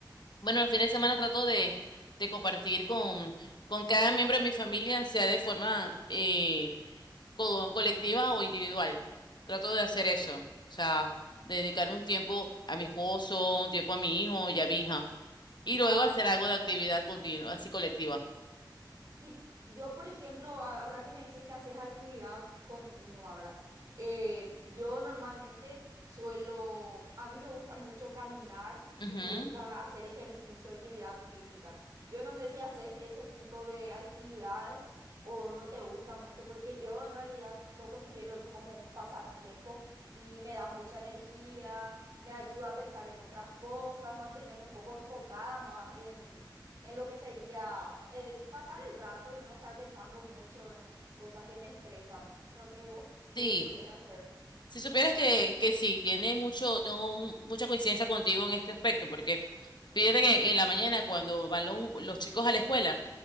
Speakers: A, on the left (about 70°); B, on the right (about 45°).
A: Bueno, el fin de semana trato de, de compartir con, con cada miembro de mi familia, sea de forma eh, co- colectiva o individual. Trato de hacer eso, o sea, dedicar un tiempo a mi esposo, un tiempo a mi hijo y a mi hija, y luego
B: Ah,
A: hacer
B: claro.
A: algo de actividad continua, así colectiva.
B: Y yo, por ejemplo, ahora que me decís que haces actividad continua, ¿verdad? Eh, yo normalmente suelo, a mí me gusta mucho caminar
A: Ujú,
B: y me gusta hacer ejercicio, actividad física. Yo no sé si haces ese tipo de actividades o no te gusta mucho, porque yo en realidad lo considero eso como un pasatiempo y me da mucha energía, me ayuda a pensar en otras cosas, mantenerme un poco enfocada más en, en lo que sería el pasar el rato y no estar pensando mucho en cosas que me estresan. No sé, vos que
A: Sí,
B: eso le hace
A: Si supieras que, que sí, tiene mucho, tengo un- mucha coincidencia contigo en este aspecto, porque fíjate que en la mañana cuando van lo- los chicos a la escuela,